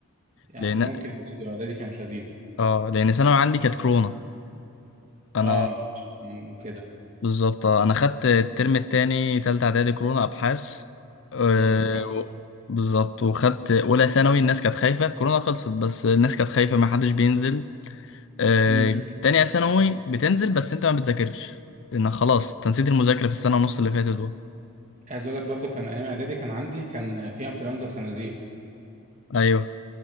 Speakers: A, on the right; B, on the left.
A: يعني
B: لان
A: ممكن اعدادي إعدادي كانت لذيذه
B: اه لان ثانوي عندي كانت كورونا انا
A: اه انت عشان- مم، كده
B: بالظبط آه، انا خدت الترم التاني تالتة اعدادي كورونا ابحاث آه،
A: امم يا
B: و- بالظبط وخدت اولى ثانوي الناس كانت خايفه كورونا خلصت بس الناس كانت خايفه ما حدش بينزل آه،
A: بختك
B: تانية ثانوي بتنزل بس انت ما بتذاكرش لان خلاص انت نسيت المذاكره في السنه ونص اللي فاتت دول
A: عايز اقول لك برضه كان ايام اعدادي كان عندي كان في انفلونزا الخنازير
B: ايوه